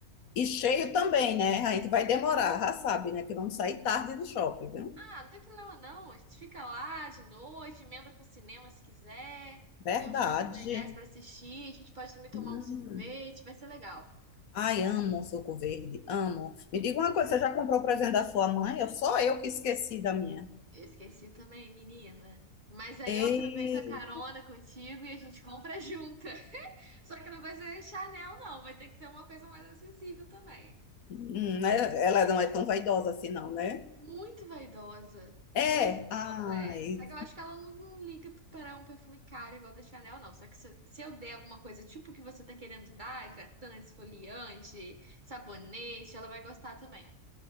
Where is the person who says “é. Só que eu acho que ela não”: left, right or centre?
Right